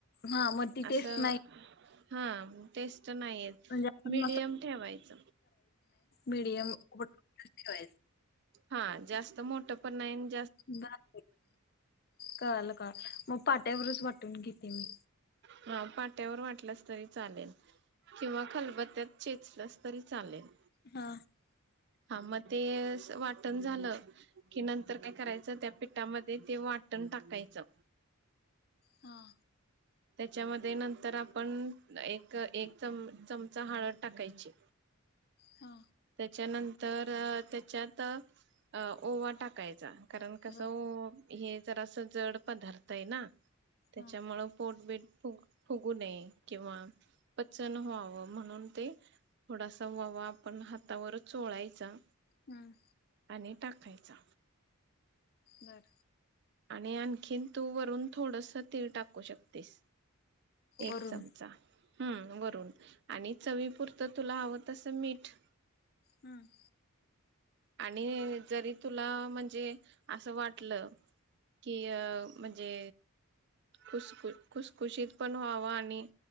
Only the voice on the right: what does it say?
असं
हा तेच. जनाही
मीडीयम ठेवायच.
हा जास्त मोठ पण नाही न,
हा पाट्यावर वाटलस तरी चालेल. किंवा खलबत्यात. चेचलास तरी चालेल.
हा म तेस वाटण झालं की नंतर काय करायचं त्या पिठामध्ये ते वाटण टाकायचं.
त्याच्यामध्ये नंतर आपण एक एक चम चमचा हाळद टाकायची.
त्याच्यानंतर अ त्याच्यात अ ओवा टाकायचा. कारण कसं
वो हे ज असं जड पदार्थ हे ना, त्याच्यामुळं.
फुग फूगु नये किंवा पचन व्हावं म्हणून ते थोडासा ववा आपण हातावर चोळायचा
आणि टाकायचा.
आणि आणखीन तू वरून थोडंस तीळ टाकू शकतेस. एक
चमचा. हम्म वरून आणि चवी पुुरतं तुला हवंत असं मीठ.
आणि जरी तुला म्हणजे असं वाटलं कि अ म्हणजे खुसखु खुसखुशीत पण व्हावं आणि